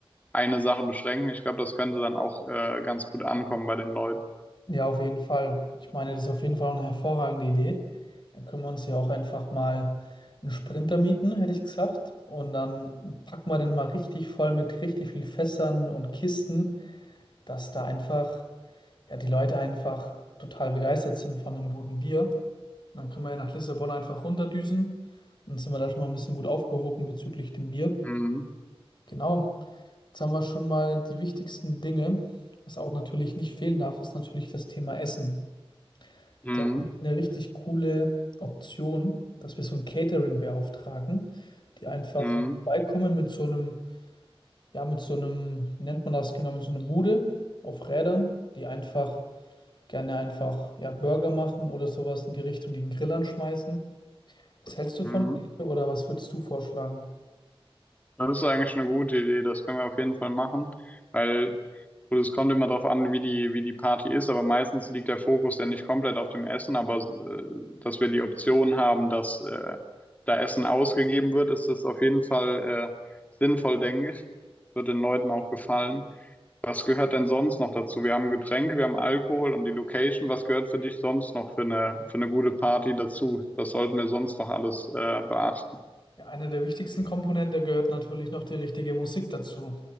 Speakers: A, on the left; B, on the left.
A: eine Sache beschränken. Ich glaube, das könnte dann auch äh, ganz gut ankommen bei den Leuten.
B: Ja, auf jeden Fall. Ich meine, das ist auf jeden Fall eine hervorragende Idee. Dann können wir uns ja auch einfach mal einen Sprinter mieten, hätte ich gesagt. Und dann packen wir den mal richtig voll mit richtig viel Fässern und Kisten, dass da einfach, ja, die Leute einfach total begeistert sind von einem guten Bier. Und dann können wir ja nach Lissabon einfach runterdüsen. Und dann sind wir da schon mal ein bisschen gut aufgehoben bezüglich dem Bier.
A: Mhm.
B: Genau. Jetzt haben wir schon mal die wichtigsten Dinge. Was auch natürlich nicht fehlen darf, ist natürlich das Thema Essen.
A: Mhm.
B: Da habe ich eine richtig coole Option, dass wir so ein Catering beauftragen, die einfach
A: Mhm.
B: vorbeikommen mit so einem, ja, mit so einem, wie nennt man das genau, mit so einer Bude auf Rädern, die einfach gerne einfach, ja, Burger machen oder sowas in die Richtung, die den Grill anschmeißen. Was hältst du
A: Mhm.
B: von der Idee oder was würdest du vorschlagen?
A: Das ist eigentlich eine gute Idee, das können wir auf jeden Fall machen, weil gut, es kommt immer darauf an, wie die, wie die Party ist, aber meistens liegt der Fokus ja nicht komplett auf dem Essen, aber äh, dass wir die Option haben, dass äh, da Essen ausgegeben wird, ist das auf jeden Fall äh, sinnvoll, denke ich. Es wird den Leuten auch gefallen. Was gehört denn sonst noch dazu? Wir haben Getränke, wir haben Alkohol und die Location. Was gehört für dich sonst noch für eine, für eine gute Party dazu? Was sollten wir sonst noch alles äh, beachten?
B: Ja, eine der wichtigsten Komponente gehört natürlich noch die richtige Musik dazu.